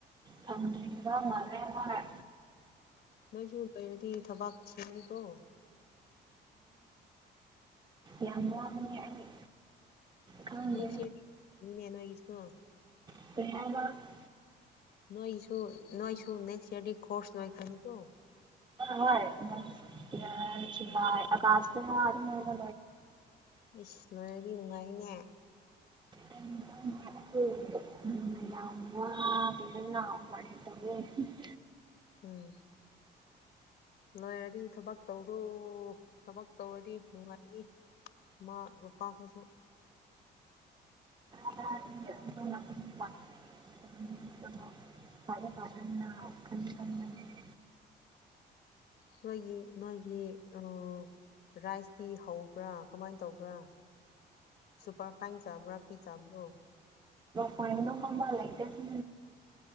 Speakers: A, on the right; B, on the left.
A: ꯍꯪꯕ ꯃꯅꯦꯔꯦ
B: ꯅꯣꯏꯁꯨ ꯃꯣꯏꯅꯗꯤ ꯊꯕꯥꯛ ꯊꯅꯤ ꯀꯣ
A: ꯌꯥꯝꯅꯨꯡꯅꯤ ꯑꯩ ꯈꯪꯗꯦ
B: ꯅꯦꯛꯁ ꯏꯅꯦꯦꯅꯒꯗ ꯀꯣ
A: <inaudible>
B: ꯅꯣꯏꯁꯨ ꯅꯣꯏꯁꯨ ꯅꯦꯛꯁ ꯏꯔꯗꯤ ꯀ ꯀꯣꯔꯁ ꯅꯣꯏ ꯈꯅꯤꯀꯣ
A: ꯍꯣꯏ ꯑ
B: ꯎꯝ
A: ꯑꯁꯇ ꯑꯔ ꯃꯒ
B: ꯏꯁ ꯂꯣꯏꯔꯗꯤ ꯅꯨꯡꯉꯥꯏꯅꯦ
A: <inaudible> <inaudible>
B: ꯎꯝ ꯂꯣꯏꯔꯗꯤ ꯊꯕꯛ ꯇꯧꯔꯣ ꯊꯕꯛ ꯇꯧꯔꯗꯤ ꯅꯨꯡꯉꯥꯏꯏ ꯏꯃꯥ ꯄꯥꯈꯣꯏꯁꯨ
A: <unintelligible> <inaudible>
B: ꯅꯣꯏꯒꯤ ꯅꯣꯏꯒꯤ ꯑ ꯔꯥꯏꯁꯇꯤ ꯍꯧꯕ꯭ꯔꯥ ꯀꯃꯥꯏꯅ ꯇꯧꯕ꯭ꯔꯥ ꯁꯄꯔ ꯐꯥꯏꯟ ꯆꯕ ꯔꯛꯄꯤ ꯆꯕ꯭ꯔꯣ
A: ꯀꯅ ꯍꯝꯕ ꯂꯩꯗꯁꯨ